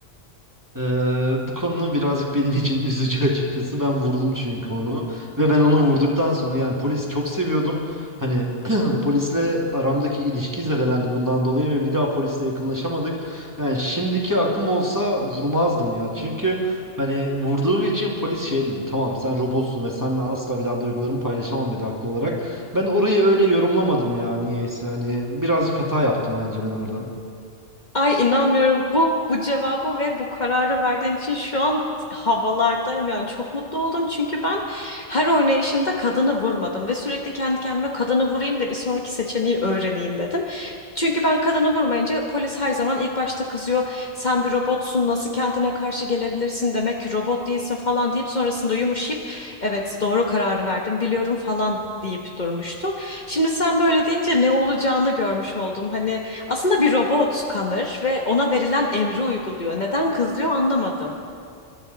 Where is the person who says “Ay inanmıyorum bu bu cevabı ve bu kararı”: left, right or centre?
Left